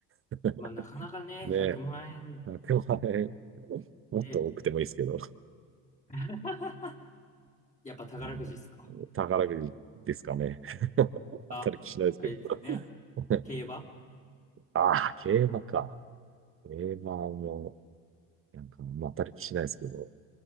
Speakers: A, on the right (about 30°); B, on the left (about 20°).
A: <laughs>
B: まあ、なかなかね、
A: ねえ、
B: 100万円
A: 100もっと多くてもいいですけど、
B: で、<laughs> やっぱ宝くじですか。
A: うん宝くじですかね。<laughs> 当たる気しないですけど。
B: あ、あれですよね。
A: <laughs>
B: 競馬
A: ああ、競馬か。競馬も、なんか、まあ、当たる気しないですけど。